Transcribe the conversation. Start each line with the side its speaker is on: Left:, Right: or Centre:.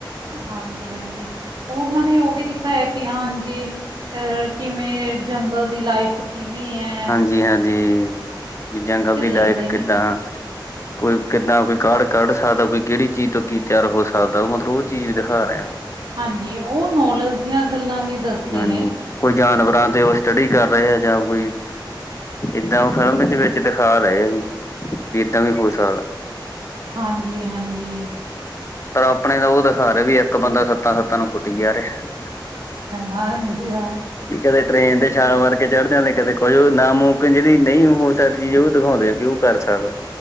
Right: ਹਾਂਜੀ ਹਾਂਜੀ। ਉਹਨਾਂ ਨੇ ਉਹ ਵੀ ਦਿਖਾਇਆ ਕਿ ਹਾਂਜੀ ਅਹ ਕਿਵੇਂ ਜੰਗਲ ਦੀ ਲਾਈਫ ਕਿਵੇਂ ਐ।
Left: ਜੀ ਹਾਂਜੀ, ਕੀ ਜੰਗਲ ਦੀ
Right: ਦੇਖਦੇ
Left: ਲਾਈਫ
Right: ਨੇ
Left: ਕਿੱਦਾਂ। ਕੋਈ ਕਿੱਦਾਂ ਕੋਈ ਕਾਢ ਕੱਢ ਸਕਦਾ, ਕੋਈ ਕਿਹੜੀ ਚੀਜ਼ ਤੋਂ ਕੀ ਤਿਆਰ ਹੋ ਸਕਦਾ ਉਹ ਮਤਲਬ ਉਹ ਚੀਜ਼ ਵੀ ਦਿਖਾ ਰਿਹੇ ਆ।
Right: ਹਾਂਜੀ ਉਹ ਨੌਲੇਜ ਦੀਆਂ ਗੱਲਾਂ ਵੀ ਦੱਸਦੇ
Left: ਹਾਂਜੀ
Right: ਨੇ।
Left: ਕੋਈ ਜਾਨਵਰਾਂ ਤੇ ਉਹ ਸਟੱਡੀ ਕਰ ਰਹੇ ਆ ਜਾਂ ਕੋਈ ਏਦਾਂ
Right: ਹਾਂਜੀ
Left: ਫਿਲਮ ਚ ਵਿਚ ਦਿਖਾ ਰਹੇ ਆ ਵੀ, ਵੀ ਏਦਾਂ ਵੀ ਹੋ ਸਕਦਾ।
Right: ਹਾਂਜੀ ਹਾਂਜੀ।
Left: ਪਰ ਆਪਣੇ ਤਾਂ ਉਹ ਦਿਖਾ ਰਹੇ ਆ ਵੀ ਇੱਕ ਬੰਦਾ ਸੱਤਾਂ ਸੱਤਾਂ ਨੂੰ ਕੁੱਟੀ ਜਾ ਰਿਹਾ।
Right: ਹਾਂਜੀ ਹਾਂ,
Left: ਵੀ ਕਦੇ
Right: ਸਹੀ
Left: ਟ੍ਰੇਨ ਤੇ ਛਾਲ
Right: ਗੱਲ।
Left: ਮਾਰ ਚੜ੍ਹ ਜਾਂਦੇ ਕਦੇ ਕੁਝ ਹੋ ਜਾਂਦਾ ਮੁਮਕਿਨ ਜਿਹੜੀ ਨਹੀਂ ਹੋ ਸਕਦੀ ਚੀਜ਼ ਉਹ ਦਿਖਾਉਦੇ ਵੀ ਉਹ ਕਰ ਸਕਦਾ।